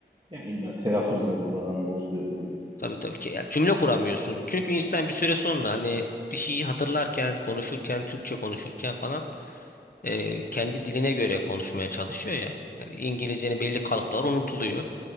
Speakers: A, on the right; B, on the left.
A: ya illa telaffuzları falan bozuluyor tabii.
B: Tabii tabii ki ya, cümle kuramıyorsun. Çünkü insan bir süre sonra hani bir şeyi hatırlarken, konuşurken, Türkçe konuşurken falan eee, kendi diline göre konuşmaya çalışıyor ya. Yani İngilizcenin belli kalıpları unutuluyor.